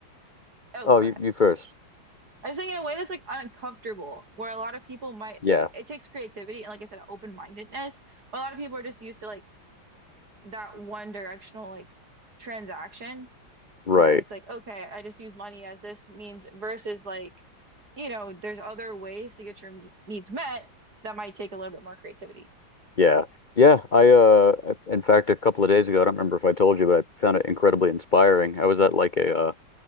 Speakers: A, on the right; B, on the left.
A: oh,
B: oh,
A: go
B: you,
A: ahead.
B: you first.
A: I just think in a way that's like uncomfortable, where a lot of people might,
B: Yeah,
A: it takes creativity and like I said, open-mindedness, but a lot of people are just used to like that one directional like transaction
B: right.
A: where it's like, okay, I just use money as this means versus like, you know, there's other ways to get your me- needs met that might take a little bit more creativity.
B: Yeah. Yeah, I uh in fact a couple of days ago, I don't remember if I told you, but I found it incredibly inspiring. I was at like a uh,